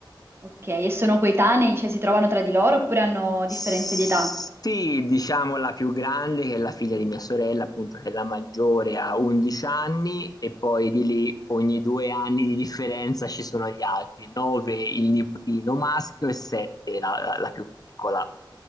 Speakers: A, on the right; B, on the left.
A: Ok, e sono coetanei, cioè si trovano tra di loro oppure hanno
B: Sì,
A: differenze di età?
B: diciamo la più grande, che è la figlia di mia sorella, appunto, che è la maggiore, ha 11 anni e poi di lì ogni due anni di differenza ci sono gli altri, 9 il nipotino maschio e 7 la, la- la più piccola,